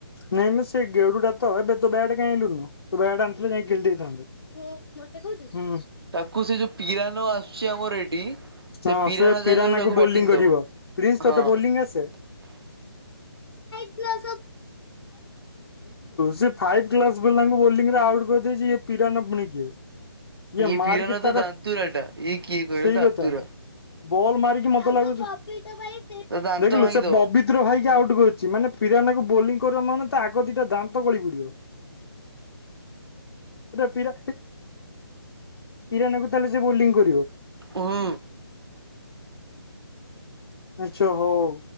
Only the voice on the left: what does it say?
ନାଇଁ ମୁ ସେ ଗେଡୁଟା ତ ଏବେ ତୋ ବ୍ଯାଟ୍ କାଇଁ ଆଣିଲୁନୁ ତୋ ବ୍ୟାଟ୍ ଆଣିଥିଲେ ଯାଇ ଖେଳି ଦେଇଥାନ୍ତେ। ହୁଁ
ହଁ
ପିରାନାକୁ
ବୋଲିଂ
କରିବ
ପ୍ରିନ୍ସ ତୋତେ
ବୋଲିଂ ଆସେ? ଦେଖିଲୁ ସେ ଫାଇଭ କ୍ଲାସ୍ ବାଲା ଙ୍କୁ ବୋଳିଙ୍ଗି ରେ ଆଉଟ୍ କରିଦେଇଚି ଇଏ ପିରାନା ପୁଣି କିଏ। ଇଏ
ମାରିକି
ତାର
ସେଇ
କଥା ବଲ୍ ମାରିକି ମତେ ଲାଗୁଛି
ଦେଖିଲୁ
ସେ ପବିତ୍ର ଭାଇ କି ଆଉଟ୍ କରିଛି ମାନେ ବୋଲିଂ କରି ବ ମାନେ ତା ଆଗ ଦିଟା ଦାନ୍ତ ଗଳି ପଡିବ। ଏଇଟା ପିରା ପିରାନା କୁ ତାହେଲେ ସେ ବୋଲିଂଗ
ଆଚ୍ଛା ହଉ